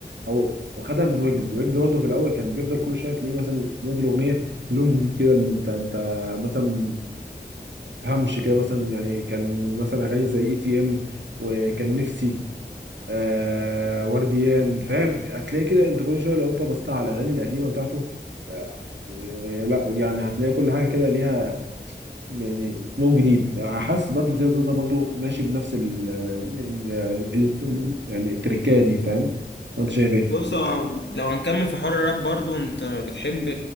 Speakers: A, on the right; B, on the left.
A: أو أو خدها من ويجز ويجز برضه في الأول كان بيفضل كل شوية تلاقيه مثلا ينزل أغنية لون جديد كده من أنت أنت مثلا همش كده مثلا يعني كان مثلا أغاني زي اي تي ام وكان نفسي آه ورديان فاهم هتلاقي كده انت كل شويه لو انت بصيت على الاغاني القديمه بتاعته آه آه، لا يعني هتلاقي كل حاجه كده ليها يعني لون جديد حاسس برضو زي زازا برضو ماشي بنفس ال ال ال- ال- يعني التركايه دي فاهم وانت شايف ايه
B: بص هو لو هنكمل في حوار الراب برضو انت بتحب